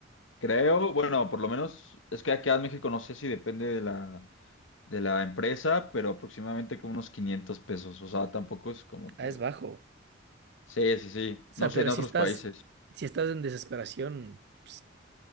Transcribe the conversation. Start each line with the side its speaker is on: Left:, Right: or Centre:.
Left: Creo, bueno, por lo menos es que aquí en México no sé si depende de la, de la empresa, pero aproximadamente como unos 500 pesos, o sea, tampoco es como
Right: Ah,
Left: que...
Right: es bajo. O
Left: Sí, sí, sí,
Right: sea,
Left: no sé
Right: pero
Left: en otros
Right: si estás,
Left: países.
Right: si estás en desesperación, pues,